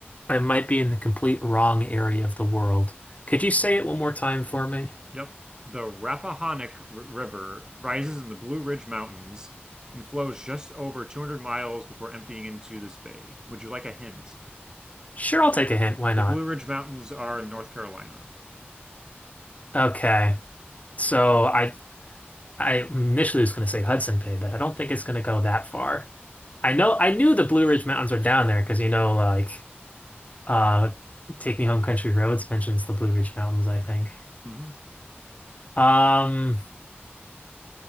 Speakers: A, on the left; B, on the right.
A: I might be in the complete wrong area of the world. Could you say it one more time for me?
B: Yep. The Rappahannock R River rises in the Blue Ridge Mountains and flows just over 200 miles before emptying into this bay. Would you like a hint?
A: Sure, I'll take a hint. Why
B: The
A: not?
B: Blue Ridge Mountains are in North Carolina.
A: Okay. So I I initially was going to say Hudson Bay, but I don't think it's going to go that far. I know I knew the Blue Ridge Mountains are down there because you know like uh Take Me Home Country Roads mentions the Blue Ridge Mountains, I think.
B: hmm
A: Um